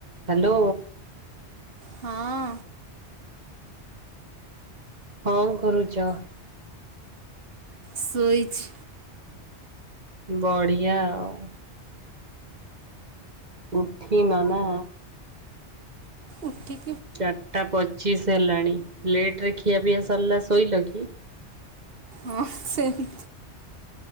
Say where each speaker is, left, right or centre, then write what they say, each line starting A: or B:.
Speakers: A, on the right; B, on the right.
A: Hello.
B: ହଁ।
A: ହଁ କରୁଛ?
B: ଶୋଇଛି।
A: ବଢିଆ ଆଉ। ଉଠିନ ନା।
B: ଉଠିକ
A: ଚାରିଟା ପଚିଶ ହେଲାଣି ଲେଟ ରେ ଖିଆ ପିଆ ସରିଲା ଶୋଇଲ କି?
B: ହଁ ସେମତି